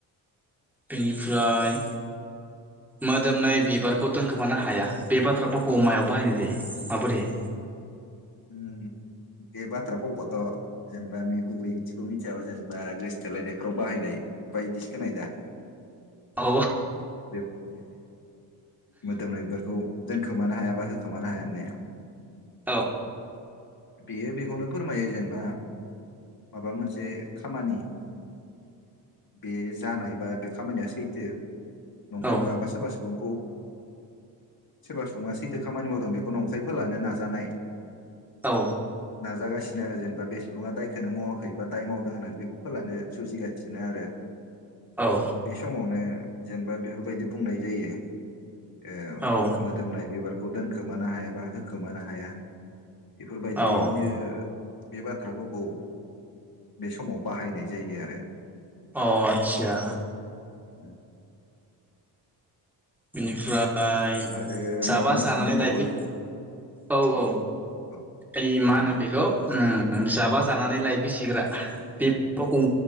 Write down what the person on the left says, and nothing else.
ओम बे बाथ्रा भावखौथ' जेनेबा गुबै ओंथिखौ मिथियाबा जेनेबा गोसोथोलायनायफ्राव बाहायनाय बायदिसो खोनायो दा।
बे मोदोमनाय बिबारखौ दोनखोमानो हाया बा होखोमानो हाया होननाया।
बेयो बेखौनो फोरमायो जेनेबा माबा मोनसे खामानि बे जानाय बा बे खामानिया सैथो
नंखाय नङाबा सोरबा सुबुं खौ सोरबा सुबुङा सैथो खामानि मावदों बेखौ नंखाय फोलानो नाजानाय
जागासिनो आरो जेनेबा बे सुबुङा दायखौनो मावाखै बा दाय मावदों होननानै बेखौ फोलानो सुजिगासिनो आरो।
बे समावनो जेनेबा बेफोर बायदि बुंनाय जायो। ओ
मोदोमनाय बिबारखौ दोनखोमानो हायाबा होखोमानो हाया। बेफोरबायदियैनो
बे बाथ्राफावखौ बे समाव बाहायनाय जायो आरो।
उम
आरो
माबा मिथिनो
दंबावो
औ
देलाय